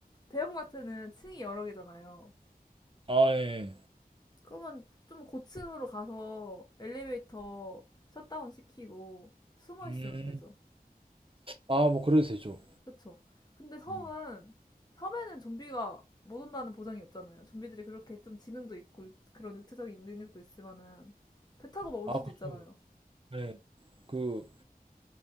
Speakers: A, on the left; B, on the right.
A: 대형마트는 층이 여러 개잖아요.
B: 아 예.
A: 그러면 좀 고층으로 가서 엘리베이터 셧다운 시키고 숨어
B: 음,
A: 있으면 되죠.
B: 아 뭐 그래도 되죠.
A: 그쵸? 근데 섬은,
B: 음,
A: 섬에는 좀비가 못 온다는 보장이 없잖아요. 좀비들이 그렇게 좀 지능도 있고 그런 육체적인 능력도 있지만은 배 타고 막 올
B: 아
A: 수도
B: 그렇죠.
A: 있잖아요.
B: 네. 그물